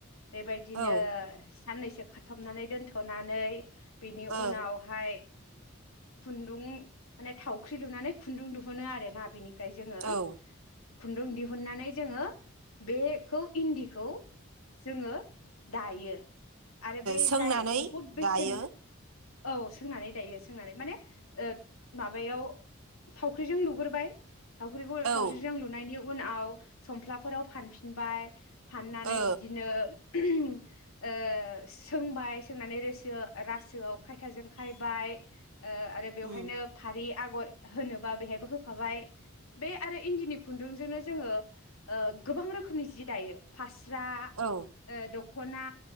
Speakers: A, on the left; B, on the right.
A: बेबायदिनो
B: औ ओ
A: साननैसो खा थाबनानै दोनथ'नानै बिनि
B: औ
A: उनावहाय खुन्दुं माने थावख्रि लुनानै खुन्दुं दिुहुनो आरोना बेनि ओमफ्राय जोंङो
B: ओ
A: खुन्दुं दिहुननानै जोंङो बे खौ इन्दिखौ जोंङो दायो आरो बे
B: सोंनानै
A: जाय बहुद बेसेन
B: दायो
A: औ सोंनानै दायो सोंनानै माने ओ माबायाव थावख्रिजों लुग्रोबाय थावख्रिखौ
B: औ
A: थावस्रि लुनायनि उनाव समफ्लाफोराव फानफिनबाय फाननानै
B: ओ
A: बिदिनो <unintelligible> ओ सोंबाय सोंनानै रोसो रासोआव खायथाजों खायबाय आरो बेवहायनो
B: उम
A: फारि आगर होनोबा बेहायबो होफाबाय बे आरो इन्दिनि खुन्दुंजोंनो जोङो ओ गोबां रोखोमनि जि दायो फास स्रा
B: औ
A: ओ दख ख'ना